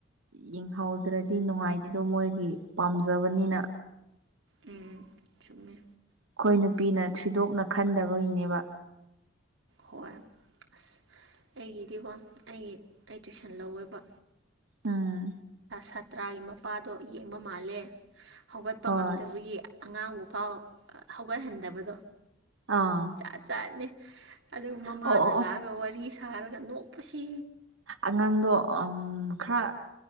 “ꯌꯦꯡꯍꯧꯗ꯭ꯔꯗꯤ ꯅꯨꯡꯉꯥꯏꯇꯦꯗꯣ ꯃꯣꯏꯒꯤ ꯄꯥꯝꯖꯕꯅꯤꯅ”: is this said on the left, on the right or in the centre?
Right